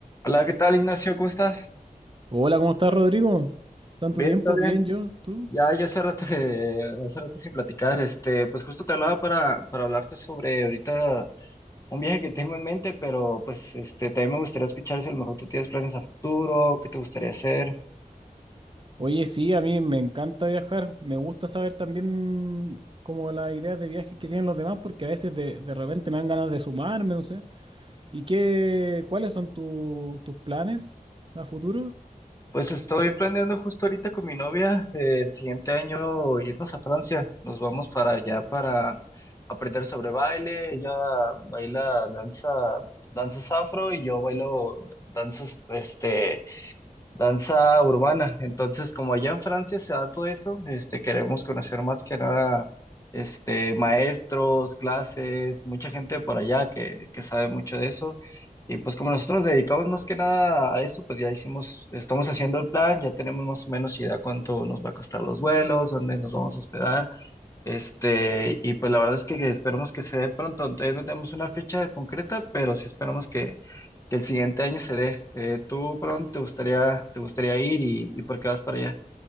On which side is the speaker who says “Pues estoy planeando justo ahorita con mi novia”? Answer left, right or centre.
Left